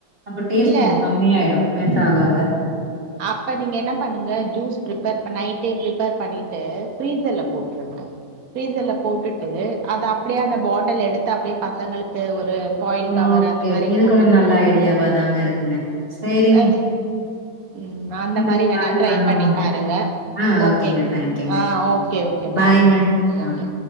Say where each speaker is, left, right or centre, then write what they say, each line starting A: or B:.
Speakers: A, on the right; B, on the right.
A: அப்ப டேஸ்ட்
B: இல்ல
A: கொஞ்சு கம்மியாயிடு மெல்ட் ஆக ஆக
B: அப்ப நீங்க என்ன பண்ணுங்க ஜூஸ் ப்ரிப்பேர் நைடே ப்ரிப்பேர் பண்ணிட்டு ஃபிரீசர்ல போட்டுருங்க ஃப்ரீஸர்ல போட்டுட்டு அத அப்படியே அந்த பாட்டல் எடுத்து அப்படியே பசங்களுக்கு ஒரு ஃபாயில்
A: ஓகே.
B: கவர் அந்த மாரி
A: இது
B: போட்டு
A: கூட
B: குடுக்கு
A: நல்ல ஐடியாவா தாங்க இருக்குங்க. சரிங்க.
B: ஆ ம் அந்த
A: இன்னும்
B: மாரி வேணா
A: கால்
B: ட்ரை
A: பண்ணுவோங்க.
B: பண்ணி பாருங்க
A: ஆ
B: ஓக்கே
A: ஓகேங்க. தேங்க்யூங்க.
B: ஆ ஓக்கே ஓக்கே
A: பாய்ங்க.
B: பாய்மா
A: ஆ.
B: ஓக்கே